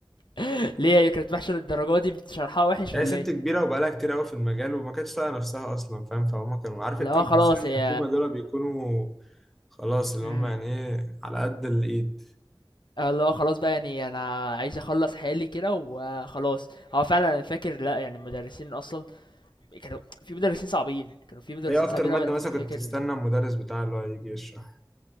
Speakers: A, on the left; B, in the centre.
A: <gasps> <applause> ليه هي كانت وحشه للدرجه دي بتشرحها وحش
B: هي
A: ولا
B: ست
A: ايه
B: كبيرة وبقالها كتير قوي في المجال وما كانتش طايقة نفسها أصلا فاهم فهم كانوا عارف
A: اللي
B: أنت
A: هو
B: مدرسين
A: خلاص
B: الحكومة
A: هي
B: دول بيكونوا خلاص اللي
A: امم
B: هم يعني إيه على قد الإيد
A: اللي هو خلاص بقى يعني انا عايز اخلص حالي كده وخلاص هو فعلا انا فاكر لا يعني المدرسين اصلا كانوا في مدرسين صعبين كانوا في مدرسين
B: هي أكتر
A: صعبين
B: مادة
A: قوي انا
B: مثلا
A: فاكر
B: كنت تستنى المدرس بتاعها اللي هو يجي يشرح